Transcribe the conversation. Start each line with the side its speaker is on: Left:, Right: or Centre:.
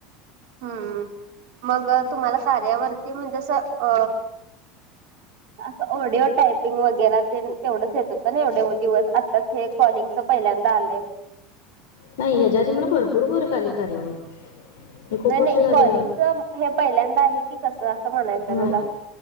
Right: हम् मग तुम्हाला कार्यावरती म्हणजे असं अ असं ऑडिओ टायपिंग वगैरे ते तेवढंच येत होतं ना एवढे दिवस आता हे कॉलिंगच पहिल्यांदा आलंय
Left: नाही ह्याच्या आधी मला भरपूर फरक आली कार्यावर मी खूप
Right: नाही
Left: वर्ष
Right: नाही
Left: झाले
Right: कॉलिंगच
Left: वर्क
Right: हे पहिल्यांदा आहे की कसं असं म्हणायचं
Left: नाही
Right: आहे मला